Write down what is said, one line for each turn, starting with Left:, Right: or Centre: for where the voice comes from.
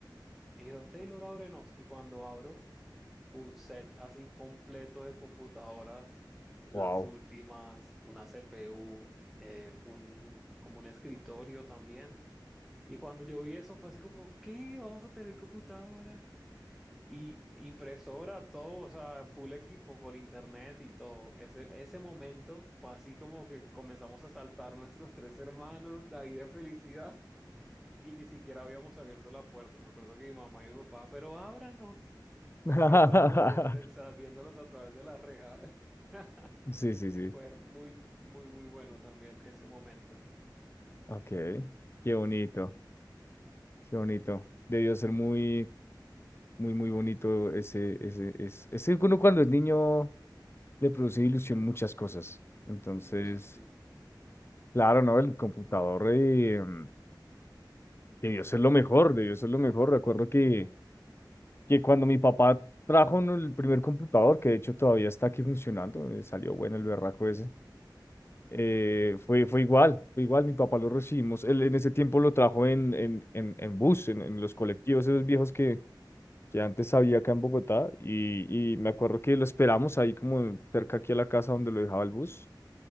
Centre: me dijeron, Taylor, ábrenos, y cuando abro un set así completo de computadoras, las
Left: wow.
Centre: últimas, una CPU, eh, un, como un escritorio también y cuando yo vi eso fue así como, ¿qué? Vamos a tener computadora y impresora, todo, o sea, full equipo con internet y todo. Ese, ese momento fue así como que comenzamos a saltar nuestros tres hermanos de ahí de felicidad <laughs> y ni siquiera habíamos abierto la puerta. Me acuerdo que mi mamá y mi papá, pero ábranos, porque
Left: <laughs>
Centre: estábamos viendo, o sea, viéndolos a través de la reja. <laughs>
Left: Sí, sí, sí.
Centre: Y fue muy, muy, muy bueno también ese momento.
Left: Ok. Qué bonito, qué bonito. Debió ser muy, muy, muy bonito ese, ese, ese, ese que uno cuando es niño le produce ilusión muchas cosas. Entonces,
Centre: Mucho, sí.
Left: claro, ¿no? El computador eh, mm, debió ser lo mejor, debió ser lo mejor. Recuerdo que, que cuando mi papá trajo ¿no? el primer computador, que de hecho todavía está aquí funcionando, eh, salió bueno el berraco ese. eh, fue, fue igual, fue igual, mi papá lo recibimos, él en ese tiempo lo trajo en, en, en, en bus, en, en los colectivos, esos viejos que, que antes había acá en Bogotá, y, y me acuerdo que lo esperamos ahí como cerca aquí a la casa donde lo dejaba el bus,